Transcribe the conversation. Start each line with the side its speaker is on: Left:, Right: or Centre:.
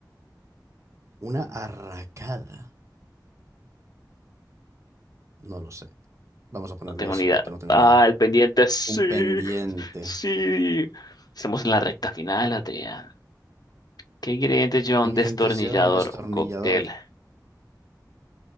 Right: Una arracada. No lo sé. Vamos a ponerle
Left: No tengo
Right: eso
Left: ni idea.
Right: porque no tengo
Left: Ah,
Right: ni idea.
Left: el pendiente. Sí,
Right: Un pendiente.
Left: sí. Estamos en la recta final, Adrián. ¿Qué ingrediente lleva
Right: ¿Qué
Left: un
Right: ingredientes
Left: destornillador,
Right: lleva un destornillador?
Left: un cóctel?